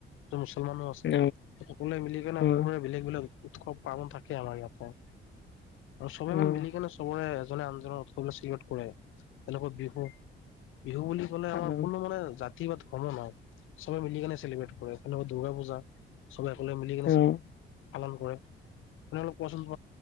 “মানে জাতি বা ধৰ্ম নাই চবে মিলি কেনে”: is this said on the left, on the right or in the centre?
Left